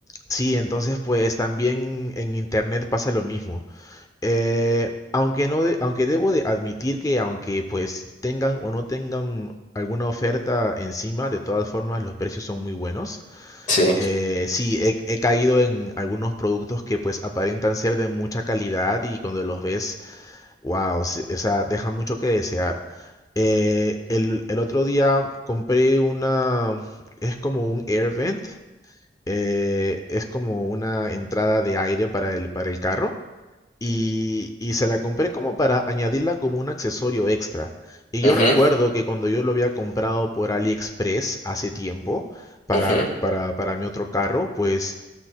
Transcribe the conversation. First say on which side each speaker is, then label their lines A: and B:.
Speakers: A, on the left (about 20°); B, on the left (about 45°).
A: Sí, entonces pues también en internet pasa lo mismo. Eh, aunque no, de- aunque debo de admitir que aunque pues tengan o no tengan alguna oferta encima, de todas formas los precios son muy buenos.
B: Sí.
A: Eh, sí, he, he caído en algunos productos que pues aparentan ser de mucha calidad y cuando los ves, wow, se- o sea, dejan mucho que desear. Eh, el, el otro día compré una, es como un air vent, eh, es como una entrada de aire para el, para el carro y, y se la compré como para añadirla como un accesorio extra. Y
B: Ujú,
A: yo recuerdo que cuando yo lo había comprado por AliExpress hace tiempo para,
B: ujú,
A: para, para mi otro carro, pues